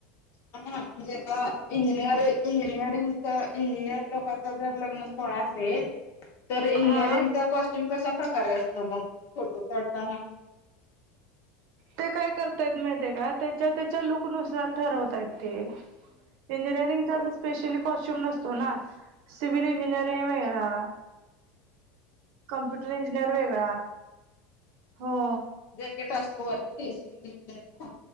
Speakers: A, on the left; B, on the right.
A: हा म्हणजे आता इंजिनिअर इंजिनिअरिंगचं इंजिनिअर लोकां च जरा असेल, तर इंजिनअरिंगचा
B: हा
A: कॉस्ट्यूम कशा प्रकारे अस तर मग फोटो काढताना
B: ते काय करतायत माहिती आहे का? त्याच्या त्याच्या लुकनुसार ठरवतायत. ते इंजिनिअरिंगचा अस स्पेशली कॉस्ट्यूम नसतो ना. सिविल इंजिनीरिंग वेगळा. कम्प्युटर इंजिनिअर वेगळा, हो.
A: जॅकेट असतो वरती सिव्हील इंजिनिअरला